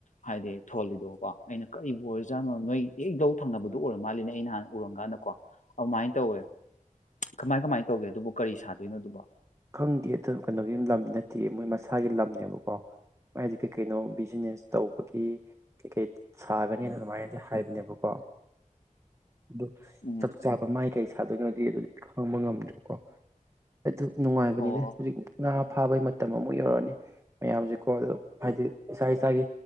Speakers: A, on the left; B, on the right.
A: ꯍꯥꯏꯗꯤ ꯊꯣꯜꯂꯤꯗꯣ ꯀꯣ ꯑꯩꯅ ꯀꯔꯤꯕꯨ ꯑꯣꯏꯔꯤꯖꯥꯠꯅꯣ ꯅꯣꯏ ꯍꯛꯗꯧ ꯊꯪꯅꯕꯗ ꯑꯗꯨ ꯑꯣꯏꯔ ꯃꯥꯜꯂꯤꯅꯦ ꯑꯩ ꯅꯍꯥꯟ ꯎꯔꯝ ꯀꯥꯟꯗꯀꯣ ꯑꯗꯨꯃꯥꯏꯅ ꯇꯧꯋꯦ ꯀꯃꯥꯏ ꯀꯃꯥꯏꯅ ꯇꯧꯒꯦ ꯑꯗꯨꯕꯨ ꯀꯔꯤ ꯁꯥꯗꯣꯏꯅꯣ ꯑꯗꯨꯕ
B: ꯈꯪꯗꯦ ꯑꯗꯨ ꯀꯩꯅꯣꯒꯤ ꯂꯝꯗꯤ ꯅꯠꯇꯦ ꯃꯣꯏ ꯃꯁꯥꯒꯤ ꯂꯝꯅꯦꯕꯀꯣ ꯃꯥꯏꯗꯤ ꯀꯩ ꯀꯩꯅꯣ ꯕꯤꯖꯤꯅꯦꯁ ꯇꯧꯕꯒꯤ ꯀꯩꯀꯩ ꯁꯥꯒꯅꯤꯅ ꯑꯗꯨꯃꯥꯏꯅꯗꯤ ꯍꯥꯏꯕꯅꯦꯕꯀꯣ ꯑꯗꯨ
A: ꯎꯝ
B: ꯆꯞ ꯆꯥꯄ ꯃꯥꯏ ꯀꯩ ꯊꯥꯗꯣꯛꯅꯗꯤ ꯑꯗꯨꯗꯤ ꯈꯪꯕ ꯉꯝꯗ꯭ꯔꯦꯀꯣ ꯑꯗꯨ ꯅꯨꯡꯉꯥꯏꯕꯅꯤꯅꯦ
A: ꯑꯣ
B: ꯍꯧꯖꯤꯛ ꯉꯥ ꯐꯥꯕꯩ ꯃꯇꯝ ꯑꯃꯨꯛ ꯌꯧꯔꯛꯑꯅꯤ ꯃꯌꯥꯝꯁꯦꯀꯣ ꯑꯗꯣ ꯍꯥꯏꯗꯤ ꯏꯁꯥ ꯏꯁꯥꯒꯤ